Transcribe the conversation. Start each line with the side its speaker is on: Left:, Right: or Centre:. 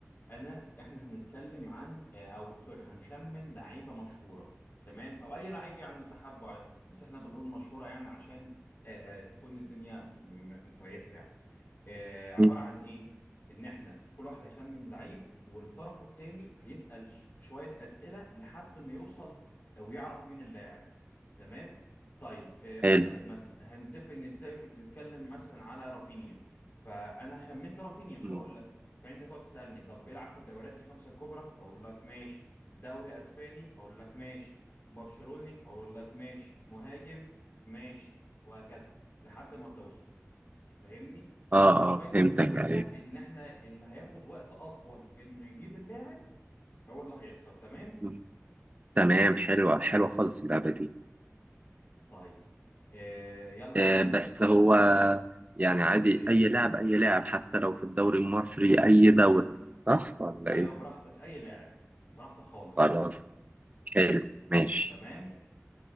Left: انا احنا هنتكلم عن آه، او سوري هنخمن لعيبه مشهوره تمام او اي لعيب يعني انت حابه عادي. بس احنا بنقول مشهوره يعني عشان آه، آه، تكون الدنيا م- كويسه يعني آه، عباره
Right: مم.
Left: عن ايه ان احنا كل واحد هيخمن لعيب والطرف الثاني هيسال ش- شويه اسئله لحد ما يوصل آه، ويعرف مين اللاعب تمام طيب آه، مثلا
Right: حلو
Left: مثلا هنتفق نت- نتكلم مثلا على رافينيا فانا خمنت رافينيا مش
Right: مم.
Left: هقول لك فانت تقعد تسالني طب بيلعب في الدوريات الخمسه الكبرى اقول لك ماشي دوري اسباني اقول لك ماشي برشلوني اقول لك ماشي مهاجم ماشي وهكذا لحد ما توصل تفهمني
Right: آه
Left: والفيصل
Right: آه فهمتك
Left: ما بيننا
Right: أيوه
Left: ان احنا اللي هياخد وقت اطول في انه يجيب اللاعب هو اللي هيخسر تمام
Right: مم. تمام حلوة حلوة خالص اللعبة دي
Left: طيب آه يلا
Right: آه،
Left: يا عم
Right: بس
Left: نبدا
Right: هو يعني عادي
Left: آه
Right: أي لاعب أي لاعب حتى لو في الدوري المصري أي دوري صح ولا
Left: ايوه
Right: إيه؟
Left: براحتك اي لاعب براحتك خالص
Right: خلاص حلو ماشي
Left: تمام